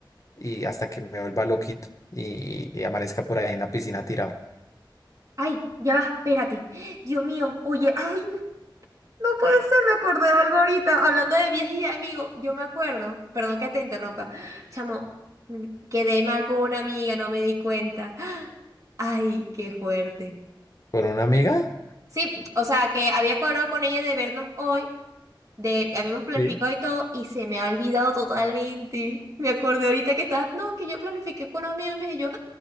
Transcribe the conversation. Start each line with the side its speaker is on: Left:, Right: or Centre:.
Left: y hasta que me vuelva loquito y, y amanezca por ahí en la piscina tirado
Right: Ay, ya va, espérate. Dios mío, oye, ay, no no puede ser, me acordé de algo ahorita. Hablando de viajes y de amigos, yo me acuerdo, perdón que te interrumpa, chamo, mm, quedé mal con una amiga, no me di cuenta. Ay, qué fuerte.
Left: con una amiga
Right: Sí, o sea, que había cuadrado con ella de vernos hoy, de habíamos planificado
Left: Sí.
Right: y todo, y se me ha olvidado totalmente. Me acordé ahorita que estás, no, que yo planifiqué con amigos y yo,